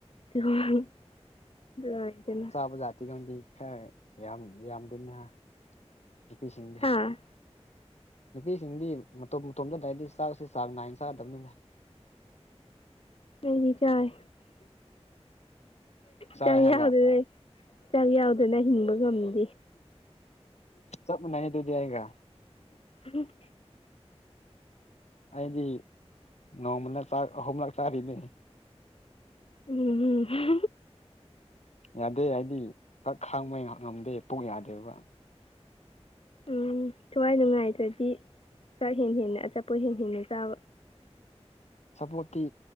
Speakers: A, on the left; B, on the left.
A: ꯗꯨꯝ ꯂꯗꯇꯅ
B: ꯕꯖꯥꯤ ꯀꯗꯤ ꯈꯔ ꯌꯥꯝ ꯌꯥꯝꯗꯣꯏꯅꯤꯍ ꯅꯨꯄꯤꯁꯤꯡꯗꯤ
A: ꯎ
B: ꯅꯨꯄꯤꯁꯤꯡꯗꯤ ꯃꯇꯣꯝ ꯃꯇꯣꯝꯗ ꯂꯩꯔꯗꯤ ꯆꯥꯛꯁꯦ ꯆꯥꯡ ꯅꯥꯏꯅ ꯆꯥꯗꯕꯅꯤꯅ
A: ꯅꯪꯗꯤ ꯆꯥꯏ
B: ꯆꯥꯏ
A: ꯀꯔꯤ
B: ꯍꯥꯏꯕ
A: ꯌꯥꯑꯣꯗꯣꯏꯅꯣꯍꯦ ꯆꯥꯛ ꯌꯥꯎꯗꯅ ꯍꯤꯡꯕ ꯉꯝꯃꯤ
B: ꯁ ꯃ ꯅꯩꯅꯅꯦꯗꯨ ꯌꯥꯏꯒ
A: ꯎꯝ
B: ꯑꯩꯗꯤ ꯅꯣꯡꯃꯅꯥꯛ ꯑꯍꯨꯝꯂꯛ ꯆꯥꯔꯤꯅꯤ
A: ꯎꯝ ꯎꯝ
B: ꯌꯥꯗꯦ ꯍꯥꯏꯗꯤ ꯀꯛ ꯈꯥꯡꯕꯩ ꯉꯝꯗꯦ ꯄꯨꯛ ꯌꯥꯗꯦꯕ
A: ꯎꯝ ꯊꯋꯥꯏ ꯅꯨꯡꯉꯥꯏꯇ꯭ꯔꯗꯤ ꯆꯥꯛ ꯍꯦꯟ ꯍꯦꯟꯅ ꯑꯆꯥꯄꯣ ꯍꯦ ꯍꯦꯟꯅ ꯆꯥꯕ
B: ꯆꯆꯥꯄꯣꯠꯇꯤ